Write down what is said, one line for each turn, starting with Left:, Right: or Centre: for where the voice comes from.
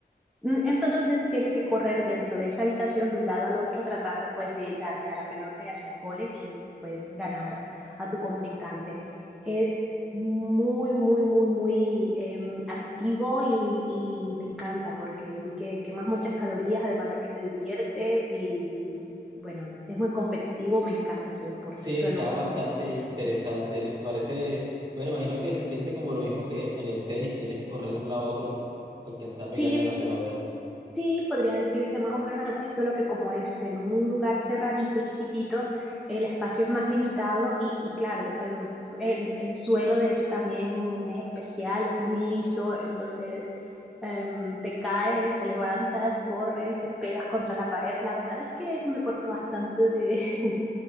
Centre: Mm, Entonces tienes que correr dentro de esa habitación de un lado al otro tratando pues de darle a la pelota y hacer goles y pues ganar a tu contrincante. Es muy, muy, muy, muy em, activo y, y me encanta porque sí que quemas muchas calorías, además de que te diviertes y bueno, es muy competitivo, me encanta ese deporte,
Right: Sí,
Centre: eso
Right: está
Centre: es lo que
Right: bastante
Centre: hace que-
Right: interesante. eh, Parece, bueno, imagino que se siente como lo mismo que en el tenis, que tienes que correr de un lado a otro, alcanzar
Centre: <clears throat>
Right: a pegarle
Centre: Sí,
Right: a la pelota.
Centre: Sí, podría decirse más o menos así, solo que como es en un lugar cerradito, chiquitito, el espacio es más limitado y, y claro, eh, el, el, suelo de hecho también es especial, es muy liso, entonces eh, te caes, te levantas, corres, te pegas contra la pared. La verdad es que es un deporte bastante de <laughs>